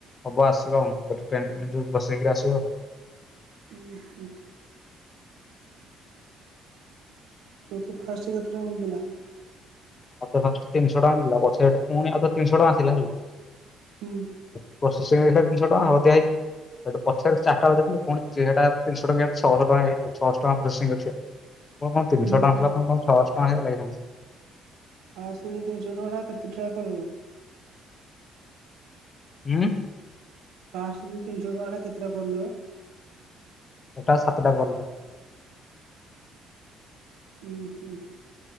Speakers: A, on the left; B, on the right.
A: ହବ ଆସିବ <unintelligible> ପ୍ରୋସିଂ ରେ ଆସିବ।
B: ଉହୁଁ। ତତେ ଫାଷ୍ଟ କେତେ ଟଙ୍କା ମିଳିଥିଲା?
A: ମତେ ଫାଷ୍ଟ ତିନିଶହ ଟଙ୍କା ମିଳିଲା। ପଛେ ହେଟୁ ପୁଣି ଆଉଥରେ ତିନିଶହ ଟଙ୍କା ଆସିଲା।
B: ହୁଁ।
A: ପ୍ରୋସେସିଂରେ ଥିଲା ତିିନିଶହ ଟଙ୍କା ହଳଦିଆ ହେଇକ୍ ହେଟୁ ପଛରେ ଚାରିଟା ବେଳେ ଦେଖିଲି ପୁଣି ଏଟା ତିନିଶହ ଟଙ୍କିଆ ଛଅଶହ ଟଙ୍କା ହେଇଛି ଛଅଶହ ଟଙ୍କା ପ୍ରୋସେସିଂ ଅଛି। ମୋର କଣ ତିନିଶହ
B: ହୁଁ
A: ଟଙ୍କାଥିଲା
B: ଫା
A: ପୁଣି କଣ ଛଅଶହ ଟଙ୍କା ହେଇଗଲାକିରେ।
B: ଆଉ ସେ ତିନିଶହ ଟଙ୍କା ଟା କେତେ ଟଙ୍କା କଲୁ?
A: ଉଁ।
B: ଫାଷ୍ଟେ ଯୋଉ ତିନିଶହ ଟଙ୍କାଟା କେତେଟା କଲରୁ?
A: ଏଟା ସାତଟା କଲରେ।
B: ହୁଁ ହୁଁ।